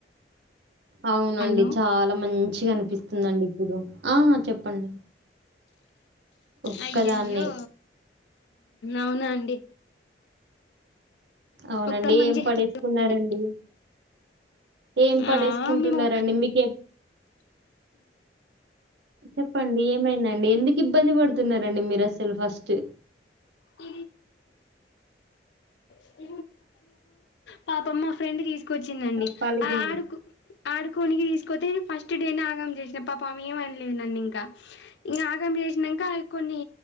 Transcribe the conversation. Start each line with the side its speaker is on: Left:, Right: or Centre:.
Right: అవునండి
Left: హలో
Right: చాలా మంచి గా అనిపిస్తుందిండి ఇప్పుడు ఆ చెప్పండి ఒక్కదాన్నే.
Left: అయ్యయ్యో అవునా అండి
Right: అవునండి
Left: ఒక్క మంచి
Right: ఏం
Left: హ్యాపీగా
Right: పడేసుకున్నారండి
Left: ఉండండి.
Right: ఏం పడేసుకుంటున్నారండి
Left: ఆ, మేము
Right: మీకే చెప్పండి ఏమైంది అండి ఎందుకు ఇబ్బంది పడుతున్నారండి మీరు అసలు ఫస్ట్
Left: అ <inaudible> పాపమ్ మా ఫ్రెండ్ తీసుకు తీసుకొచ్చిందండి
Right: ఆ! పలిగింది.
Left: అడుగు ఆడుకోనికి తీసుకతే ఫస్ట్ ఫస్ట్ డే ఆగమం చేసిన పాప ఏమనలేదు నన్ను ఇంకా ఇంకా ఆగమ చేసినాక కొన్ని